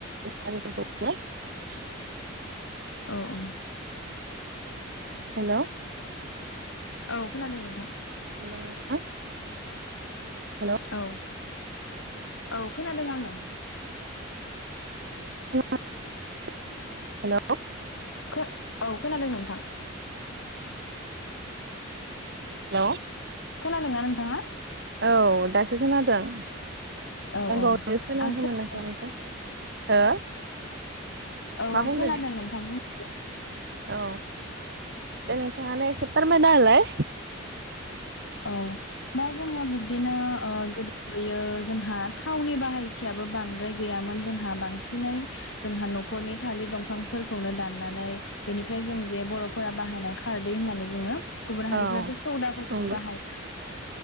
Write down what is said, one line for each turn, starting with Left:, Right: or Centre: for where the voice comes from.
Right: हाजो फोरखौ <unintelligible>
Left: औ औ
Right: हेलौ
Left: औ खोनादों नोंथां
Right: हेलौ नोंथां हेलौ
Left: औ औ खोनादों आङो
Right: <unintelligible> हेलौ
Left: खो औ खोनादों नोंथां
Right: हेलौ
Left: खोनादोंना नोंथाङा
Right: औ दासो खोनादों
Left: औ
Right: दानबावै
Left: औ
Right: खोनायाखैमोन
Left: आं खोना <unintelligible>
Right: नोंथांनिखौ हो
Left: औ
Right: मा
Left: आं
Right: बुंदों
Left: खोनादों नोंथांमोनखौ
Right: औ दे नोंथाङानो एसे फोरमायनाहोलाय
Left: औ दा जोङो बिब्दिनो ओ गोदोयो जोंहा थावनि बाहायथियाबो बांद्राय गैयामोन जोंहा बांसिनै जोंहा नखरनि थालिर दंफांफोरखौनो दाननानै बेनिफ्राय जों जे बरफोरा बाहायनाय खारदै होननानै बुङो गुबुन हारिफोराथ'
Right: औ
Left: सौदाफोरखौ
Right: नंगौ
Left: बाहायनानै